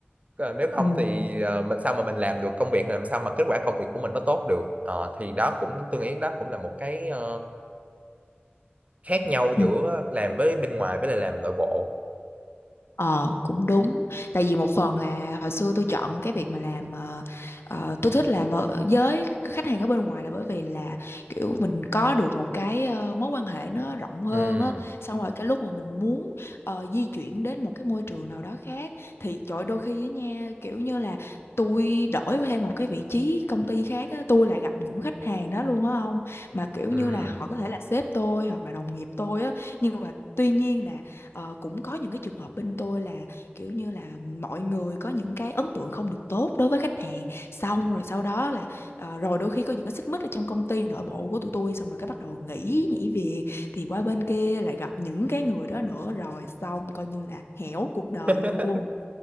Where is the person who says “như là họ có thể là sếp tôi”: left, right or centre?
Left